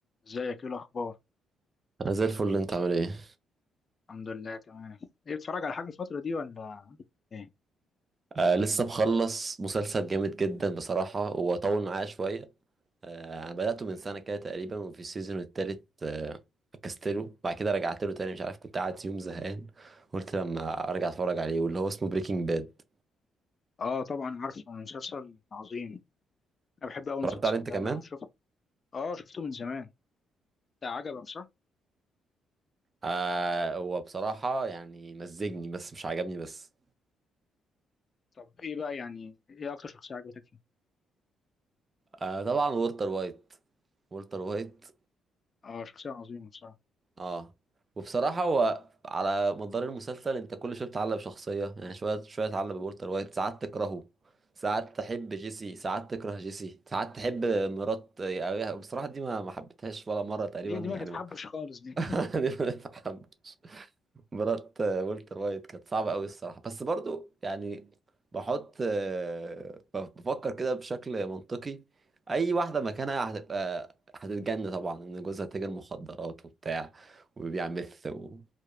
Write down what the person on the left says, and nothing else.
ازيك ايه الاخبار
الحمد لله تمام ايه بتتفرج على حاجه الفتره دي ولا ايه
اه طبعا عارفه مسلسل عظيم انا بحب اول
مسلسل
ده
انا شفته اه شفته من زمان ده عجبك صح
طب ايه بقى يعني ايه اكتر شخصيه عجبتك فيه
اه شخصيه عظيمه بصراحه
دي دي
ما تتحبش
خالص دي <laughs>